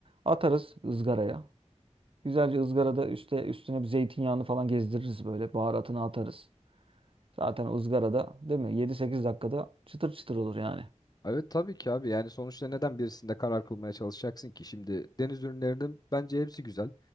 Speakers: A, on the right (about 45°); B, on the left (about 30°).
A: Atarız ızgaraya. Güzelce ızgarada üstte üstüne bir zeytinyağını falan gezdiririz böyle. Baharatını atarız. Zaten o ızgarada değil mi? Yedi sekiz dakikada çıtır çıtır olur yani.
B: Evet tabii ki abi yani sonuçta neden birisinde karar kılmaya çalışacaksın ki? Şimdi deniz ürünlerinin bence hepsi güzel.